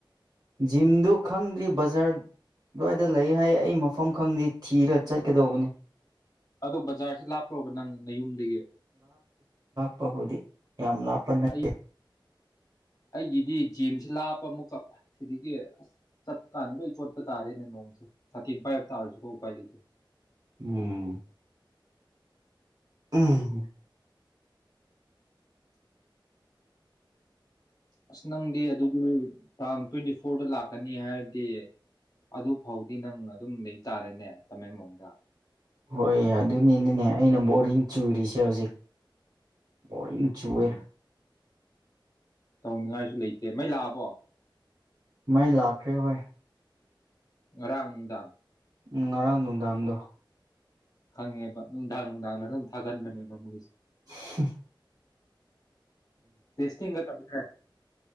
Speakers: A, on the right; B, on the left.
A: ꯖꯤꯝꯗꯨ ꯈꯪꯗ꯭ꯔꯤ ꯕꯖꯥꯔ ꯑꯗꯨ꯭ꯋꯥꯏꯗ ꯂꯩ ꯍꯥꯏ ꯑꯩ ꯃꯐꯝ ꯈꯪꯗ꯭ ꯊꯤꯔ ꯆꯠꯀꯗꯧꯕꯅꯤ
B: ꯑꯗꯣ ꯕꯖꯥꯔꯁꯦ ꯂꯥꯞꯄ꯭ꯔꯣꯕ ꯅꯪ ꯅꯌꯨꯝꯗꯒꯤ
A: ꯇꯕꯗꯤ ꯌꯥꯝ ꯂꯥꯞꯄ ꯅꯠꯇꯦ
B: ꯑꯩ ꯑꯩꯒꯤꯗꯤ ꯖꯤꯝꯁꯦ ꯂꯥꯞꯄ ꯑꯃꯨꯛꯀꯛ ꯁꯤꯗꯒꯤ ꯑꯁ ꯆꯠꯄ ꯀꯥꯟꯗ ꯂꯣꯏ ꯆꯣꯠꯄ ꯇꯥꯔꯦꯅꯦ ꯅꯣꯡꯁꯦ ꯁꯥꯊꯦꯝ ꯄꯥꯏꯕ ꯇꯥꯔꯁꯨꯀꯣ ꯎꯄꯥꯏ ꯂꯩꯇꯦ
A: ꯎꯝ ꯎꯝ
B: ꯑꯁ ꯅꯪꯗꯤ ꯑꯗꯨꯒꯤ ꯇꯥꯡ ꯇ꯭ꯋꯦꯟꯇꯤ ꯐꯣꯔꯗ ꯂꯥꯛꯀꯅꯤ ꯍꯥꯏꯔꯗꯤ ꯑꯗꯨ ꯐꯥꯎꯗꯤ ꯅꯪ ꯑꯗꯨꯝ ꯂꯩꯇꯥꯥꯔꯦꯅꯦ ꯇꯃꯦꯡꯂꯣꯡꯗ
A: ꯍꯣꯏ ꯑꯗꯨꯅꯤꯅꯤꯅꯦ ꯑꯩꯅ ꯕꯣꯔꯤꯡ ꯆꯨꯔꯤꯁꯦ ꯍꯧꯖꯤꯛ ꯍ ꯆꯨꯋꯦ
B: ꯎꯝ ꯇꯧꯅꯤꯡꯉꯥꯏꯁꯨ ꯂꯩꯇꯦ ꯃꯩ ꯂꯥꯛꯑꯕꯣ
A: ꯃꯩ ꯂꯥꯛꯈ꯭ꯔꯦ ꯍꯣꯏ
B: ꯔꯥꯡꯅꯨꯡꯗꯥꯥꯡ
A: ꯎ ꯉꯔꯥꯡ ꯅꯨꯡꯗꯥꯡꯗꯣ
B: ꯈꯪꯉꯦꯕ ꯅꯨꯡꯗꯥꯡ ꯅꯨꯡꯗꯥꯡꯗ ꯑꯗꯨꯝ ꯊꯥꯒꯟꯕꯅꯦꯕ ꯃꯣꯏꯁꯦ
A: ꯎ
B: ꯇꯦꯁꯤ ꯇꯝꯦ